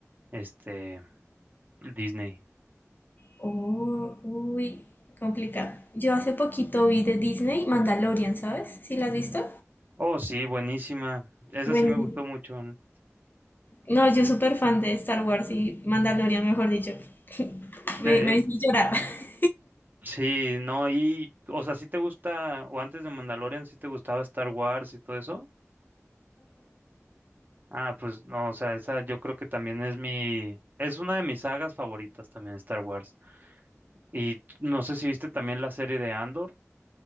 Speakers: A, on the right; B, on the left.
A: este Disney.
B: Oh, uy, complicado. Yo hace poquito vi de Disney Mandalorian, ¿sabes? ¿Sí la has visto?
A: Oh, sí, buenísima. Esa
B: Bueno,
A: sí me gustó mucho. ¿no?
B: No, yo súper fan de Star Wars y Mandalorian, mejor dicho. <laughs>
A: De,
B: Me, me
A: eh,
B: hizo llorar. <laughs>
A: sí, no, y, o sea, sí te gusta, o antes de Mandalorian, sí te gustaba Star Wars y todo eso. Ah, pues no, o sea, esa yo creo que también es mi, es una de mis sagas favoritas también, Star Wars. Y t- no sé si viste también la serie de Andor.